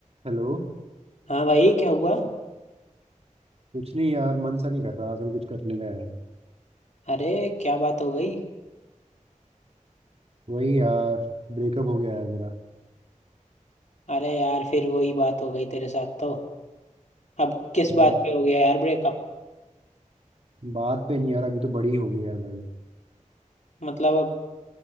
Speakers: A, on the right; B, on the left.
A: Hello
B: हाँ भाई क्या हुआ
A: कुछ नहीं यार मन सा नहीं कर रहा आजकल कुछ करने का यार
B: अरे क्या बात हो गई
A: वही यार ब्रेकअप हो गया यार मेरा
B: अरे यार फिर वही बात हो गई तेरे साथ तो अब किस
A: यार
B: बात पे हो गया यार ब्रेकअप
A: बात पे नहीं यार अभी तो बड़ी हो गई यार भाई
B: मतलब अब